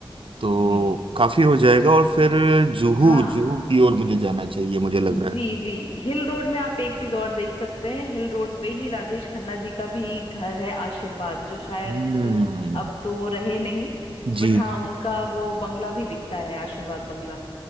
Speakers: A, on the right; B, on the left.
A: तो
B: जी
A: काफी हो जाएगा और फिर जुहू
B: हाँ
A: जुहू की ओर मुझे जाना चाहिए मुझे लग
B: जी
A: रहा है
B: जी हिल रोड में आप एक चीज और देख सकते हैं हिल रोड पे ही राजेश खन्ना जी का भी घर है आशीर्वाद जो शायद
A: हम्म
B: अब तो वो रहे नहीं
A: जी
B: बट हाँ
A: जी
B: उनका वो बंगला भी दिखता है आशीर्वाद बंगला